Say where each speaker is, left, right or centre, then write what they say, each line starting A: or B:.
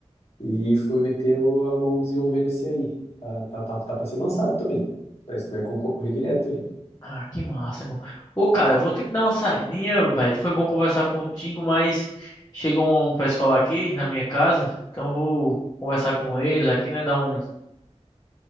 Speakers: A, on the left (about 65°); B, on the left (about 35°).
A: E foi meter o- a mão desenvolvendo esse aí. Tá, tá, tá, tá pra ser lançado também. Parece que vai concorrer direto ali.
B: Ah, que massa, irmão. Ô, cara, eu vou ter que dar uma saidinha, velho. Foi bom conversar contigo, mas chegou um pessoal aqui na minha casa, então eu vou conversar com eles aqui, né? Dar um,